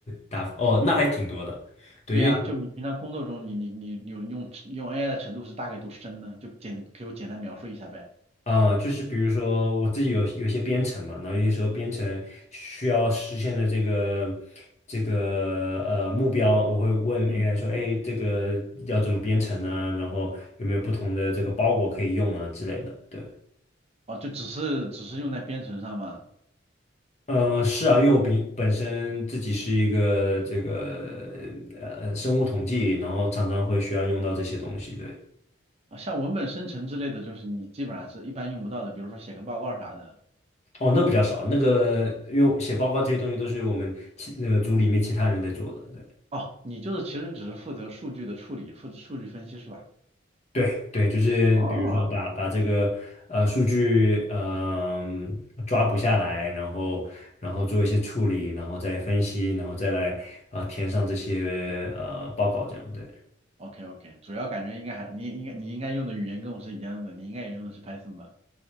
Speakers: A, on the left (about 35°); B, on the right (about 30°).
A: 打，哦，那还挺多的。对，
B: 对呀，
A: 因为
B: 就你平常工作中你你你有用用 AI 的程度是大概多深呢？就简给我简单描述一下呗。
A: 呃，就是比如说我自己有有一些编程嘛，然后有些时候编程需要实现的这个这个呃目标，我会问
B: 嗯，
A: AI 说，哎，这个要怎么编程呢？然后有没有不同的这个包裹可以用啊之类的？对，
B: 哦，就只是只是用在编程上吗？
A: 呃，是啊，因为我比本身自己是一个这个呃生物统计，然后常常会需要用到这些东西。对，
B: 啊，像文本生成之类的，就是你基本上是一般用不到的，比如说写个报告啥的。
A: 哦，那比较少，那个因为写报告这些东西都是我们其那个组里面其他人在做的。
B: 哦，你就是其实只是负责数据的处理，负责数据分析是吧？
A: 对，对，对，就是比如说把把这个呃数据嗯、
B: 哦，
A: 抓捕下来，然后然后做一些处理，然后再分析，然后再来呃填上这些呃报告这样。对，
B: OK OK，主要感觉应该还你应该你应该用的语言跟我是一样的，你应该也用的是 Python 吧？